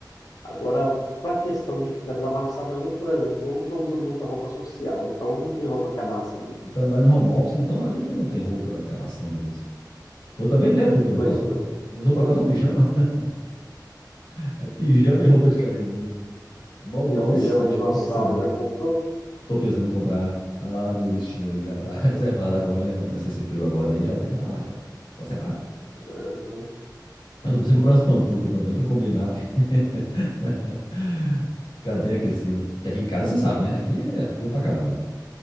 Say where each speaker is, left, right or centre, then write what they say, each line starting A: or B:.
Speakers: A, on the left; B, on the left.
A: Agora, para questão de ficar desamassada mesmo, por exemplo, eu não estou usando muita roupa social. Então, não tem roupa que amassa muito.
B: Trabalhando home office, então aí que não tem roupa pra ficar passando mesmo. Eu também tenho tempo que eu não
A: Pois
B: passo
A: é.
B: roupa. Minhas roupas agora são pijama. <laughs> É pijama e roupa de academia. Mal, mal
A: E o pijama
B: saio
A: dinossauro
B: no final de semana.
A: já comprou?
B: Tô pensando em comprar. Tá lá na minha listinha ali já pra <laughs> reservar agora, né? Vai começar esse frio agora aí, já tem que estar tá lá já. Tá separado.
A: Uhum.
B: Eu tô pensando em comprar umas pantufas também pra combinar, porque <laughs> fica bem aquecido. Porque aqui em casa você sabe, né? Aqui é frio pra caramba.